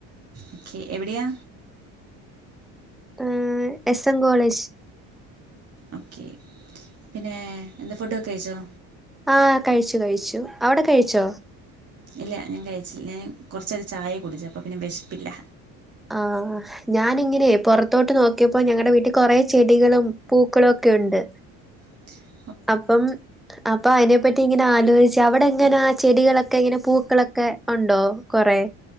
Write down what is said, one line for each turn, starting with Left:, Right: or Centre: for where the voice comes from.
Right: ഓക്കെ എവിടെയാ
Centre: ആഹ് എസ് എൻ കോളേജ്
Right: ഓക്കെ പിന്നെ എന്ത ഫുഡൊക്ക് കഴിച്ചോ
Centre: ആഹ് കഴിച്ചു കഴിച്ചു അവടെ കഴിച്ചോ
Right: ഇല്ല ഞാൻ കഴിച്ചില്ല ഞാൻ കൊറച്ചേരെ ചായ കുടിച്ചു അപ്പം പിന്നെ വെശപ്പില്ല
Centre: ആഹ് ഞാനിങ്ങനെ പൊറത്തോട്ട് നോക്കിയപ്പോ ഞങ്ങടെ വീട്ടി കൊറെ ചെടികളും പൂക്കളും ഒക്കെ ഉണ്ട്
Right: ആ <inaudible>
Centre: അപ്പം അപ്പ അയിനെപ്പറ്റി ഇങ്ങനാലോചിച്ച് അവടെ എങ്ങന ചെടികളൊക്കെ ഇങ്ങനെ പൂക്കളൊക്കെ ഒണ്ടോ കൊറെ.